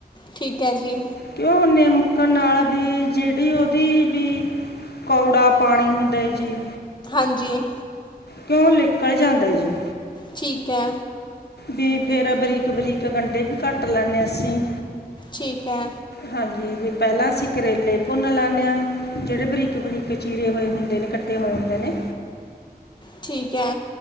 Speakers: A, on the left; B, on the left.
A: ਠੀਕ ਹੈ ਜੀ
B: ਕਿਉਂ ਉਹਨੇ ਮੁੱਕਣ ਨਾਲ ਵੀ ਜਿਹੜੀ ਉਹਦੀ ਵੀ ਕੌੜਾ ਪਾਣੀ ਹੁੰਦਾ ਜੀ
A: ਹਾਂਜੀ
B: ਕਿਉਂ ਨਿਕਲ ਜਾਂਦਾ ਜੀ
A: ਠੀਕ ਹੈ
B: ਬ ਫੇਰ ਬਰੀਕ ਬਰੀਕ ਗੰਡੇ ਵੀ ਕੱਟ ਲੈਣੇ ਅਸੀਂ
A: ਠੀਕ ਹੈ
B: ਹਾਂਜੀ ਵੀ ਪਹਿਲਾਂ ਅਸੀਂ ਕਰੇਲੇ ਭੁੰਨ ਲਾਦੇ ਹਾਂ ਜਿਹੜੇ ਬਰੀਕ ਬਰੀਕ ਚੀਰੇ ਹੋਏ ਹੁੰਦੇ ਇਕੱਠੇ ਹੋਏ ਹੁੰਦੇ ਨੇ।
A: ਠੀਕ ਐ।